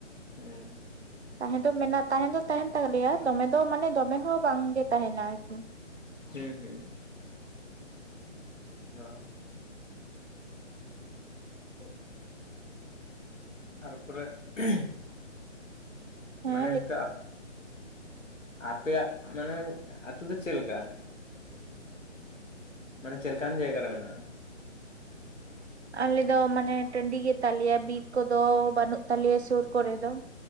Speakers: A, on the left (about 85°); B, on the right (about 60°).
A: ᱦᱩᱸ ᱾
B: ᱛᱟᱦᱮᱸ ᱫᱚ ᱢᱮᱱᱟᱜᱱᱟ ᱛᱟᱦᱮᱸ ᱫᱚ ᱛᱟᱦᱮᱱ ᱛᱟᱞᱮᱭᱟ ᱫᱚᱢᱮ ᱫᱚ ᱢᱟᱱᱮ ᱫᱚᱢᱮ ᱦᱚᱸ ᱵᱟᱝᱜᱮ ᱛᱟᱦᱮᱱᱟ ᱟᱨᱠᱤ ᱾
A: ᱦᱩᱸ ᱦᱩᱸ ᱾ ᱚ ᱾ <inaudible> ᱛᱟᱨᱯᱚᱨᱮ ᱦᱤᱸᱨᱻ
B: ᱦᱮᱸ
A: ᱢᱟᱱᱮ ᱦᱚᱭᱛᱳ ᱟᱯᱮᱭᱟᱜ ᱢᱟᱱᱮ ᱟᱛᱩ ᱫᱚ ᱪᱮᱫ ᱞᱮᱠᱟ? ᱢᱟᱱᱮ ᱪᱮᱫ ᱞᱮᱠᱟᱱ ᱡᱟᱭᱜᱟ ᱨᱮ ᱢᱮᱱᱟᱜᱼᱟ?
B: ᱟᱞᱮ ᱫᱚ ᱢᱟᱱᱮ ᱴᱟᱺᱰᱤ ᱜᱮᱛᱟᱞᱮᱭᱟ ᱵᱤᱨ ᱠᱚᱫᱚ ᱵᱟᱹᱱᱩᱜ ᱛᱟᱞᱮᱭᱟ ᱥᱩᱨ ᱠᱚᱨᱮ ᱫᱚ ᱾